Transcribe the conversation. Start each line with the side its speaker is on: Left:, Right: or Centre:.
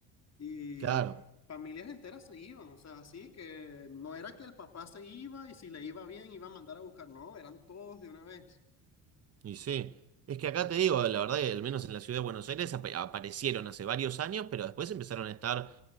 Left: Y
Right: Claro.
Left: familias enteras se iban, o sea, así que no era que el papá se iba y si le iba bien iba a mandar a buscar, no, eran todos de una vez.
Right: Y sí, es que acá te digo, la verdad que al menos en la ciudad de Buenos Aires apa- aparecieron hace varios años, pero después empezaron a estar